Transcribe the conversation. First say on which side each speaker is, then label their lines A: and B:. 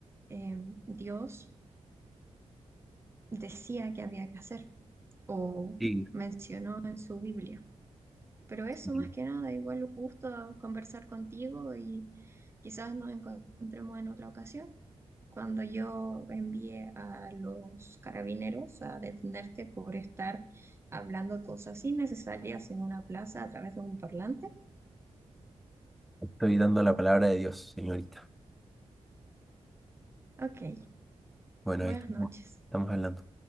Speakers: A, on the right; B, in the centre.
A: eh, Dios decía que había que hacer o
B: Sí,
A: menciona en su Biblia. Pero eso
B: sí,
A: más que nada, igual un gusto conversar contigo y quizás nos encontremos en otra ocasión. Cuando yo envié a los carabineros a detenerte por estar hablando cosas innecesarias en una plaza a través de un parlante.
B: estoy dando la palabra de Dios, señorita.
A: Ok,
B: Bueno,
A: buenas
B: ahí estamos,
A: noches.
B: estamos hablando.